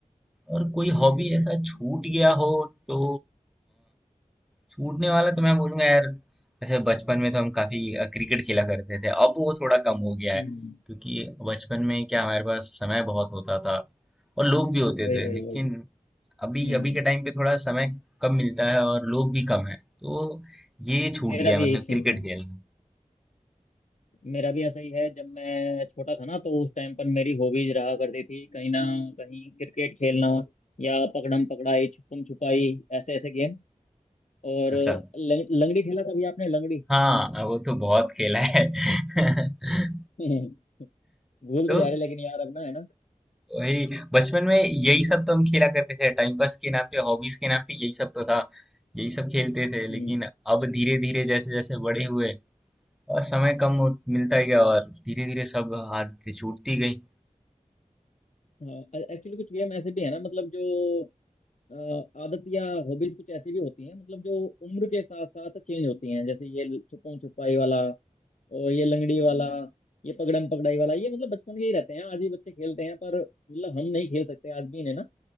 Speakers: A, in the centre; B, on the left.
A: और कोई
B: हम्म
A: हॉबी
B: हम्म,
A: ऐसा
B: हम्म,
A: छूट
B: बढ़िया।
A: गया हो तो छूटने वाला तो मैं बोलूंगा यार ऐसे बचपन में तो हम काफी अ, क्रिकेट खेला करते थे अब वो थोड़ा कम हो गया है
B: हम्म हम्म,
A: क्योंकि बचपन में क्या हमारे पास समय बहुत होता था और लोग भी होते
B: वही
A: थे
B: वही
A: लेकिन
B: वही
A: अभी
B: हम्म
A: अभी के टाइम पे थोड़ा समय कम मिलता है और लोग भी कम है तो ये छूट
B: मेरा
A: गया
B: भी
A: है, मतलब
B: यही सीन
A: क्रिकेट
B: है
A: खेलना
B: मेरा भी ऐसा ही है जब मैं छोटा था ना तो उस टाइम पर मेरी हॉबीज रहा करती थी कहीं ना कहीं क्रिकेट खेलना या पकड़म पकड़ाई छुपम छुपाई ऐसे ऐसे गेम और
A: अच्छा
B: लंग, लंगड़ी खेला कभी आपने लंगड़ी
A: हाँ वो तो बहुत खेला है <laughs>
B: <laughs> भूलते
A: तो
B: जा रहे लेकिन यार अब ना है ना
A: वही बचपन में यही सब तो हम खेला करते थे टाइम पास के नाम पे हॉबीज के नाम पे यही सब तो था यही सब खेलते थे
B: हम्म
A: लेकिन अब धीरे धीरे जैसे जैसे बड़े हुए और समय कम हो- मिलता गया और धीरे धीरे सब आदतें छूटती गई
B: एक्चुअली कुछ गेम ऐसे भी है ना मतलब जो अ, आदत या हॉबीज कुछ ऐसी भी होती हैं मतलब जो उम्र के साथ साथ चेंज होती हैं जैसे ये छुपम छुपाई वाला और ये लंगड़ी वाला ये पकड़म पकड़ाई वाला ये मतलब बचपन के ही रहते हैं आज भी बच्चे खेलते हैं पर मतलब हम नहीं खेल सकते आज भी इन्हें ना